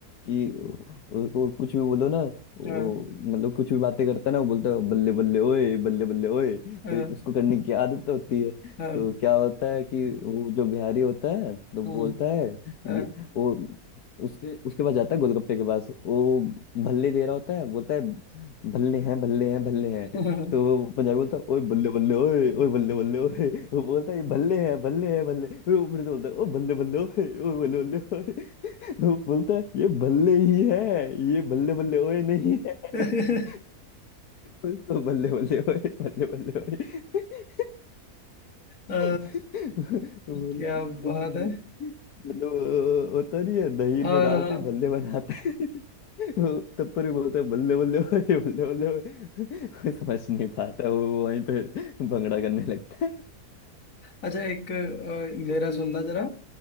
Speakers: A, on the left; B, on the left.
A: कि उसको कुछ भी बोलो ना वो
B: हाँ
A: मतलब कुछ भी बातें करता है ना वो बोलता है बल्ले बल्ले ओए बल्ले बल्ले ओए तो
B: हाँ
A: उसको करने की आदत होती है
B: हाँ,
A: तो क्या होता है कि वो जो बिहारी होता है तो
B: हम्म,
A: बोलता है
B: हाँ,
A: ये वो उसके उसके पास जाता है गोलगप्पे के पास वो भल्ले दे रहा होता है बोलता है भल्ले हैं भल्ले हैं भल्ले हैं
B: हाँ।
A: तो वो पंजाबी बोलता है ओए बल्ले बल्ले ओए ओए बल्ले बल्ले ओए वो बोलता है ये भल्ले हैं भल्ले हैं भल्ले फिर वो फिर से बोलता है ओ बल्ले बल्ले ओए ओए बल्ले बल्ले ओए तो बोलता है ये बल्ले ही है ये बल्ले बल्ले ओए नहीं है
B: <laughs>
A: <laughs> उसको बल्ले बल्ले ओए बल्ले बल्ले ओए
B: आ, आ,
A: <laughs> बोले
B: क्या बात
A: वो फिर वो-
B: है
A: मतलब अ, होता नहीं है दही
B: आ,
A: में डालते बल्ले बनाते हैं। <laughs> वो तब पर भी बोलता है बल्ले बल्ले ओए बल्ले बल्ले ओए <laughs> वो समझ नहीं पाता वो वो वहीं पे भंगड़ा करने लगता है
B: अच्छा एक आ, मेरा
A: <laughs> हम्म,
B: सुनना जरा